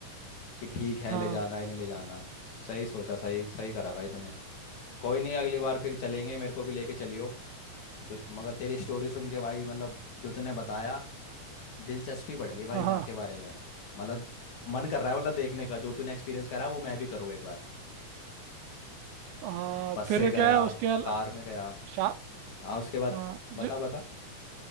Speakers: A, on the left (about 60°); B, on the right (about 75°).
A: कि ठीक है
B: हाँ
A: ले जाना है नहीं ले जाना सही सोचा सही सही करा भाई तूने कोई नहीं अगली बार फिर चलेंगे मेरे को भी लेके चलियो जो मगर तेरी स्टोरी सुन के भाई मतलब जो तूने बताया दिलचस्पी बढ़ गई भाई
B: हाँ
A: वहाँ
B: हाँ
A: के बारे में मतलब मन कर रहा है मतलब देखने का जो तूने एक्सपीरियंस करा वो मैं भी करूँ एक बार
B: हाँ,
A: बस से
B: फिर
A: गया
B: क्या है उसके अला
A: कार में गया
B: शा
A: हाँ उसके बाद
B: हाँ जो
A: बता बता